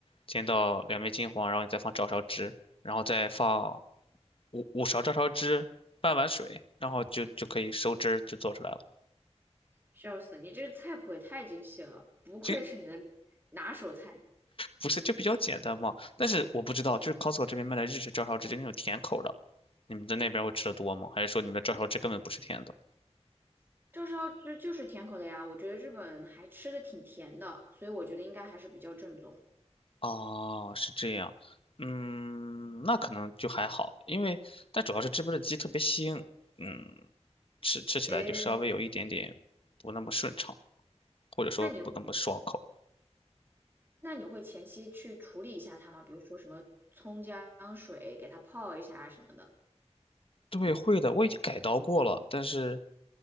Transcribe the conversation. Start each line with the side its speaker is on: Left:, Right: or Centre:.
Left: 煎到两面金黄，然后你再放照烧汁，然后再放五五勺照烧汁，半碗水，然后就就可以收汁儿就做出来了。
Right: 笑死，你这个菜谱也太精细了，不愧是你的
Left: 就
Right: 拿手菜。
Left: 不是就比较简单嘛，但是我不知道，就是 Costco 这边卖的日式照烧汁，就那种甜口的，你们在那边会吃的多吗？还是说你们的照烧汁根本不是甜的？
Right: 照烧汁就是甜口的呀，我觉得日本还吃的挺甜的，所以我觉得应该还是比较正宗。
Left: 哦，是这样，嗯，那可能就还好，因为但主要是这边的鸡特别腥，嗯，吃吃起来就稍微有一点点不那么顺畅，
Right: 诶，
Left: 或者说不那么爽口。
Right: 那你那你会前期去处理一下它吗？比如说什么葱姜水给它泡一下啊什么的，
Left: 对，会的，我已经改刀过了，但是